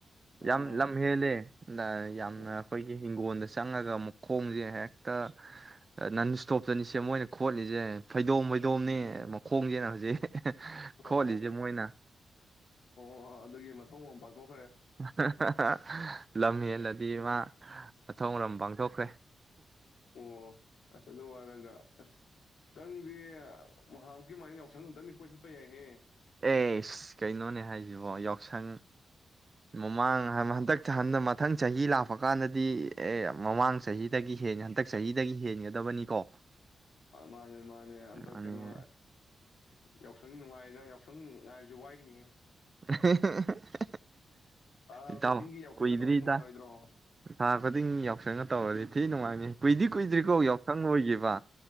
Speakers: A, on the left (about 80°); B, on the right (about 35°).
A: ꯑꯣ
B: ꯌꯥꯝ ꯂꯝꯍꯦꯜꯂꯦ ꯅ ꯌꯥꯝꯅ
A: ꯑꯣ
B: ꯑꯈꯣꯏꯒꯤ ꯍꯤꯡꯒꯣꯜꯗ ꯆꯪꯉꯒ ꯃꯈꯣꯡꯁꯦ ꯍꯦꯛꯇ ꯅꯟ ꯏꯁꯇꯣꯞꯇꯅꯤꯁꯦ ꯃꯣꯏꯅ ꯈꯣꯠꯂꯤꯁꯦ ꯐꯩꯗꯣꯝ ꯐꯩꯗꯣꯝꯅꯤ ꯃꯈꯣꯡꯁꯤꯅ ꯍꯧꯖꯤꯛ ꯐꯣꯠꯂꯤꯖꯦ
A: ꯑꯣ
B: ꯃꯣꯏꯅ
A: <inaudible> ꯑꯣ ꯑꯗꯨꯒꯤ ꯃꯊꯧ ꯃꯉꯝ ꯄꯥꯡꯊꯣꯛꯄ
B: ꯍꯥ ꯍꯥ ꯍꯥ ꯂꯝ ꯍꯦꯜꯂꯗꯤ <unintelligible> ꯃꯥ ꯃꯊꯧ ꯃꯉꯝ ꯄꯥꯡꯊꯣꯛꯈ꯭ꯔꯦ
A: <inaudible> ꯑꯣ ꯑꯗꯣ ꯋꯥꯔꯒ ꯑꯁ ꯅꯪꯗꯤ ꯅꯍꯥꯟꯃꯨꯛꯀꯤꯃꯥꯏꯅ ꯌꯥꯎꯁꯪ ꯑꯃꯇꯪꯗꯤ ꯀꯣꯏ ꯆꯠꯄ ꯌꯥꯏꯍꯦ
B: ꯑꯦ ꯏꯁ ꯀꯩꯅꯣꯅꯦ ꯍꯥꯏ ꯌꯥꯎꯁꯪ ꯃꯃꯥꯡ ꯍꯟꯗꯛ ꯍꯟꯗ ꯃꯊꯪ ꯆꯍꯤ ꯂꯥꯛꯄ ꯀꯥꯟꯗꯗꯤ ꯑꯦ ꯃꯃꯥꯡ ꯆꯍꯤꯗꯒꯤ ꯍꯦꯟꯅꯤ ꯍꯟꯗꯛ ꯆꯍꯤꯗꯒꯤ ꯍꯦꯟꯒꯗꯕꯅꯤꯀꯣ
A: ꯃꯥꯅꯦ ꯃꯥꯅꯦ ꯍꯟꯇꯛ
B: ꯃꯥꯅꯤꯅꯦ
A: ꯀꯩꯅꯣ ꯌꯥꯎꯁꯪ ꯅꯨꯡꯉꯥꯏꯅ ꯁꯨꯝ ꯉꯥꯏꯕꯕꯁꯤ ꯋꯥꯏꯅꯦꯍꯦ
B: ꯑꯍꯦ ꯑꯍꯦ ꯑꯍꯦ
A: ꯊꯥ
B: ꯏꯇꯥꯎ
A: ꯈꯨꯗꯤꯡꯒꯤ ꯌꯥꯎꯁꯪꯒ
B: ꯀꯨꯏꯗ꯭ꯔꯤꯗ
A: ꯇꯧꯔꯗꯤ ꯅꯨꯡꯉꯥꯏꯔꯣꯏꯗ꯭ꯔꯣ
B: ꯊꯥ ꯈꯨꯗꯤꯡ ꯌꯥꯎꯁꯪꯒ ꯇꯧꯔꯗꯤ ꯊꯤ ꯅꯨꯡꯉꯥꯏꯅꯤ ꯀꯨꯏꯗꯤ ꯀꯨꯏꯗ꯭ꯔꯤꯀꯣ ꯌꯥꯎꯁꯪ ꯑꯣꯏꯒꯤꯕ